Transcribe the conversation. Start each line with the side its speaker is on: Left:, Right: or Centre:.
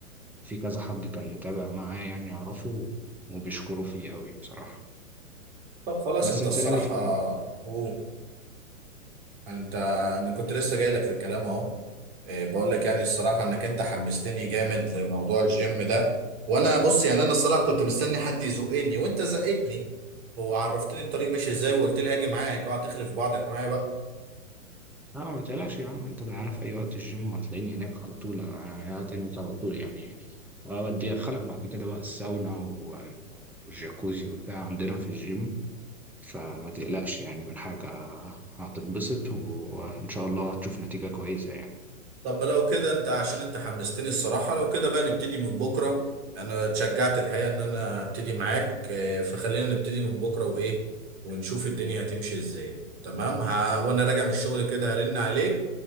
Centre: وفي كذا حد كان متابع معاه يعني يعرفه وبيشكروا فيه قوي بصراحة
Right: طب خلاص
Centre: بس
Right: انت
Centre: انت
Right: الصراحة
Centre: ناوي تبقى
Right: هو انت انا كنت لسه جاي لك في الكلام اهو إيه، بقول لك يعني الصراحة انك انت حمستني جامد لموضوع الجيم ده وانا بص يعني انا الصراحة كنت مستني حد يزقني وانت زقتني وعرفتني الطريق ماشي ازاي وقلت لي هاجي معاك اوعى تخلف بعضك معايا بقى
Centre: لا ما تقلقش يا عم انت عارف اي وقت الجيم وهتلاقيني هناك على طول انا قاعد هناك على طول يعني وأودي أدخلك بعد كده بقى الساونا و- والجاكوزي وبتاع عندنا في الجيم فما تقلقش يعني من حاجة هتتبسط وإن شاء الله هتشوف نتيجة كويسة يعني
Right: طب لو كده انت عشان انت حمستني الصراحة لو كده بقى نبتدي من بكرة انا اتشجعت الحقيقة ان انا ابتدي معاك اه، فخلينا نبتدي من بكرة وايه ونشوف الدنيا هتمشي ازاي تمام ه... وانا راجع من الشغل كده هرن عليك